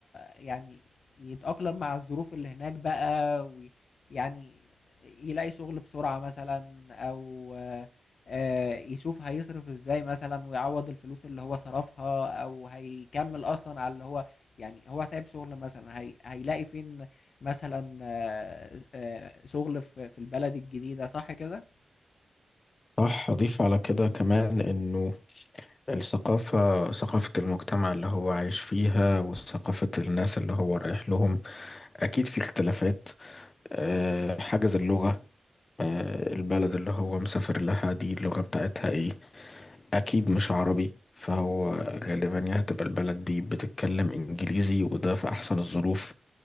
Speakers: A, on the left; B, on the left.
A: يعني يتأقلم مع الظروف اللي هناك بقى ويعني يلاقي شغل بسرعة مثلا أو آه، آه، يشوف هيصرف ازاي مثلا ويعوض الفلوس اللي هو صرفها أو هيكمل أصلا على اللي هو يعني هو سايب شغل مثلا هي هيلاقي فين مثلا آه، آه، شغل في في البلد الجديدة صح كده؟
B: صح اضيف على كده كمان انه الثقافة ثقافة المجتمع اللي هو عايش فيها وثقافة الناس اللي هو رايح لهم اكيد في اختلافات آه، حاجز اللغة آه، البلد اللي هو مسافر لها دي اللغة بتاعتها ايه اكيد مش عربي فهو غالبا يا هتبقى البلد دي بتتكلم انجليزي وده في احسن الظروف